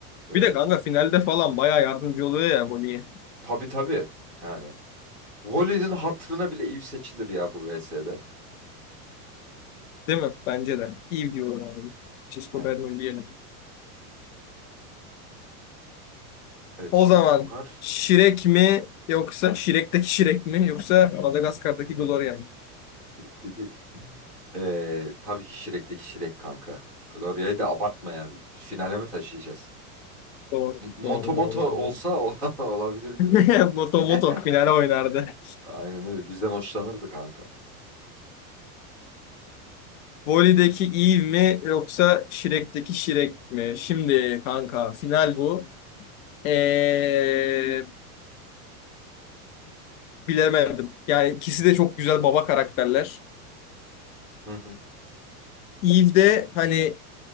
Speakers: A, in the centre; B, on the left (about 65°).
A: E,
B: Bir de kanka
A: bu,
B: finalde falan bayağı yardımcı oluyor ya Voli'ye.
A: tabii tabii yani. Wally'nin hatırına bile Eve seçilir ya bu VS'de.
B: Değil mi? Bence de. İyi diyorum abi. Cisco
A: Evet.
B: Bernoulli'ye.
A: Evet
B: O
A: şimdi
B: zaman
A: var.
B: Şirek mi yoksa Şirek'teki Şirek mi yoksa Madagaskar'daki Gloria mı?
A: Peki. E, tabii ki Shrek'teki Shrek kanka. Gloria'yı da abartma ya. Finale mi taşıyacağız?
B: Doğru.
A: M- Moto
B: Doğru,
A: Moto
B: doğru, doğru.
A: olsa <laughs> olabilirdi
B: <laughs>
A: de.
B: Moto
A: <laughs>
B: Moto finale oynardı.
A: Aynen öyle. Bizden hoşlanırdı kanka.
B: Voli'deki Eve mi yoksa Şirek'teki Şirek mi? Şimdi kanka final bu. Ee, bilemedim. Yani ikisi de çok güzel baba karakterler.
A: Hı hı.
B: Eve'de hani